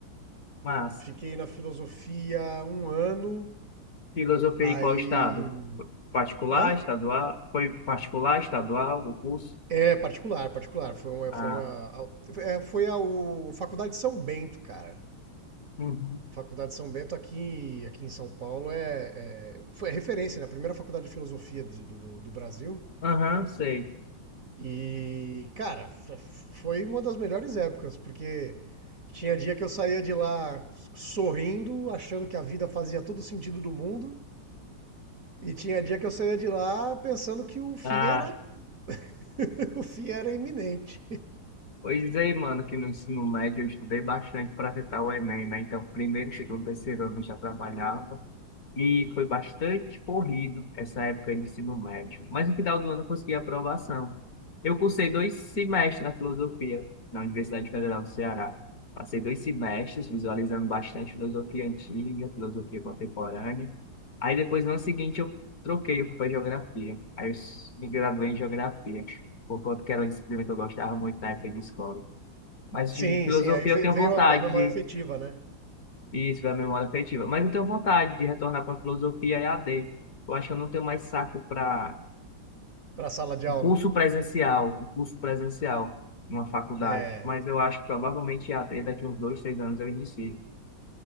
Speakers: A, on the left; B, on the right.
A: mas
B: Fiquei na filosofia um ano,
A: filosofia
B: aí
A: em qual estado? Particular,
B: Hã?
A: estadual? Foi particular, estadual, o curso?
B: É, particular, particular. Foi uma,
A: Ah,
B: foi uma, é, foi a o- Faculdade de São Bento, cara.
A: uhum,
B: Faculdade de São Bento aqui, aqui em São Paulo é, é- foi a referência, né? A primeira faculdade de filosofia de- do, do- do Brasil.
A: aham, sei.
B: E, cara, f- foi uma das melhores épocas, porque tinha dia que eu saía de lá sorrindo, achando que a vida fazia todo o sentido do mundo, e tinha dia que eu saía de lá pensando que o fim
A: Ah,
B: era, <laughs> o fim era iminente.
A: Pois é, mano, que no ensino médio eu estudei bastante para tentar o Enem, né? Então, primeiro, segundo, terceiro ano eu já trabalhava. E foi bastante corrido essa época de ensino médio. Mas no final do ano eu consegui a aprovação. Eu cursei dois semestres na filosofia, na Universidade Federal do Ceará. Passei dois semestres visualizando bastante filosofia antiga, filosofia contemporânea. Aí depois, no ano seguinte, eu troquei para geografia. Aí eu s- me graduei em geografia, por conta que era uma disciplina que eu gostava muito na época de escola. Mas
B: Sim,
A: de filosofia
B: sim, aí ve-
A: eu tenho
B: veio
A: vontade
B: a memória afetiva, né?
A: isso, da memória afetiva. Mas eu tenho vontade de retornar para a filosofia EAD. Eu acho que eu não tenho mais saco para
B: Pra sala de
A: um
B: aula.
A: curso presencial, um curso presencial numa faculdade.
B: É.
A: Mas eu acho que provavelmente EAD daqui uns dois, três anos eu inicio.